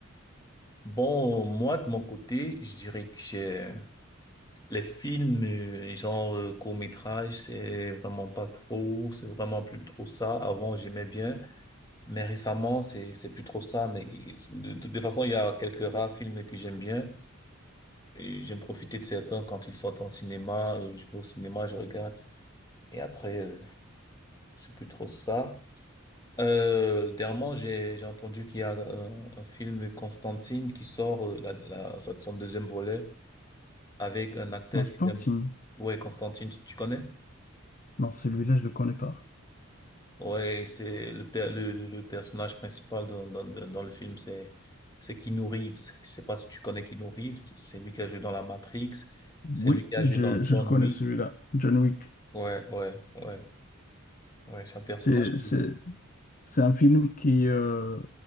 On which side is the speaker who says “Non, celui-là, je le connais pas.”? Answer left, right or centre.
Left